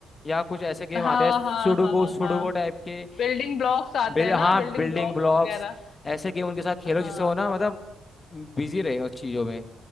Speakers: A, on the left; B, on the left.
A: या कुछ ऐसे गेम
B: हाँ
A: आते हैं सुडोको
B: हाँ हाँ
A: सुडोको
B: हाँ
A: टाइप के
B: बिल्डिंग ब्लॉक्स आते
A: बिल,
B: हैं
A: हाँ
B: ना बिल्डिंग
A: बिल्डिंग
B: ब्लॉक्स
A: ब्लॉक्स
B: वगैरह
A: ऐसे गेम उनके साथ खेलो
B: हाँ
A: जिससे वो ना
B: हाँ
A: मतलब बिजी रहे उस चीजों में